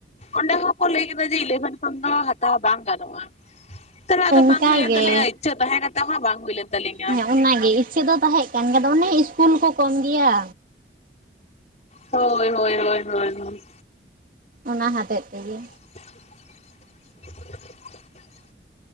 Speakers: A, on the left; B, on the right.
A: ᱚᱱᱰᱮ ᱦᱚᱸᱠᱚ ᱞᱟᱹᱭ ᱠᱮᱫᱟ ᱡᱮ ᱤᱞᱮᱵᱷᱮᱱ ᱠᱷᱚᱱ ᱫᱚ ᱦᱟᱛᱟᱣ ᱵᱟᱝ ᱜᱟᱱᱚᱜ-ᱟ ᱥᱟᱞᱟ ᱚᱫᱚ
B: ᱚᱱᱠᱟ
A: ᱵᱟᱝ ᱦᱩᱭ ᱞᱮᱱ
B: ᱜᱮ
A: ᱛᱟᱞᱤᱧᱟ ᱤᱪᱪᱷᱟᱹ ᱛᱟᱦᱮᱸᱸ ᱠᱟᱛᱮ ᱦᱚᱸ ᱵᱟᱝ ᱦᱩᱭ ᱞᱮᱱ ᱛᱟᱹᱞᱤᱧᱟ
B: ᱦᱮᱸ ᱚᱱᱟᱜᱮ ᱤᱪᱪᱷᱟᱹ ᱫᱚ ᱛᱟᱦᱮᱸ ᱠᱟᱱ ᱜᱮ ᱚᱱᱮ ᱤᱥᱠᱩᱞ ᱠᱚ ᱠᱚᱢ ᱜᱮᱭᱟ
A: ᱦᱳᱭ ᱦᱳᱭ ᱦᱳᱭ ᱦᱳᱭ ᱦᱳᱭ
B: ᱚᱱᱟ ᱦᱚᱛᱮᱫ ᱛᱮᱜᱮ
A: <unintelligible>